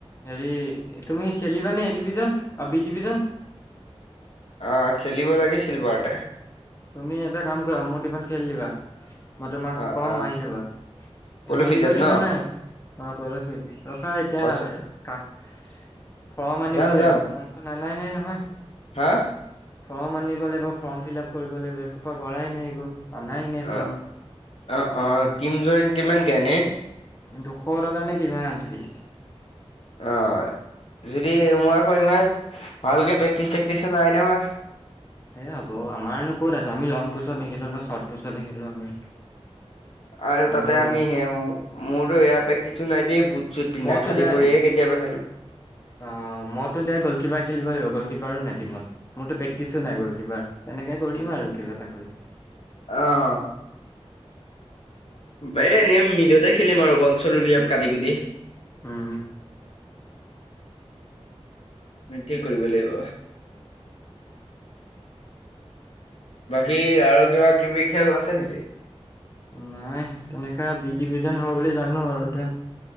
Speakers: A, on the left; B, on the left.
A: হেৰি, তুমি খেলিবানে এই ডিভিজন আৰু বি ডিভিজন।
B: অ', খেলিব লাগিছিল বাৰতে।
A: তুমি এটা কাম কৰা, মোৰ টিমট খেলি দিবা, মই তোমাক
B: অ
A: কম
B: অ
A: আহি যাবা। ধেমালি
B: পলু ফিল্ডত
A: কৰি
B: ন
A: থকা নাই, অ', পৰশিল ৰখা এতিয়া।
B: সঁচা
A: কা ফ্ৰৰ্ম আনিব
B: যাম যাম।
A: লাগিব, ফৰ্ম চম অনাই নাই নহয়।
B: হা
A: ফৰ্ম আনিব লাগিব, ফৰ্ম ফিলআপ কৰিব লাগিব, এইসোপা কৰাই নাই একো, আনাই নাই
B: অ
A: ফৰ্ম।
B: অ', অ', টিম জইন কিমান কে ইনেই।
A: দুশ টকা নে, কিমান ফিজ।
B: অ', যদি মোৰ আকৌ ইমান ভালকে প্ৰেক্টিচ চেক্টিচো নাই নহয়।
A: এই হ'ব, আমাৰ নো ক'ত আছে আমি লং পুচত নেখেলো নয় শ্বৰ্ট পুচতে খেলোঁ আমি।
B: আৰু
A: গম
B: তাতে
A: পালা
B: আমি হেয়া মোৰটো এয়াৰ প্ৰেক্টিছু নাই দেই। চুট পিন্ধা,
A: মইতো
B: খালি
A: দাই
B: ভৰিয়েহে কেতিয়াবা খেলো।
A: অ', মইতো দাইৰেক্ট গ'ল কীপাৰ খেলিব লাগিব, গ'ল কীপাৰো নাই টিমত। মোৰতো প্ৰেক্টিচো নাই গ'ল কিপাৰ, তেনেকে কৰিম আৰু কিবা এটা কৰি।
B: অ', বে এনেই ম তাতে খেলিম আৰু বল চল উলিয়াম কাটি-কুটি।
A: উম্,
B: সেইটোয়ে কৰিব লাগিব। বাকী আৰু কিবা কিবি খেল আছে নেকি?
A: নাই তেনেকুৱা বি ডিভিজন হ'ব বুলি জানো আৰু তে।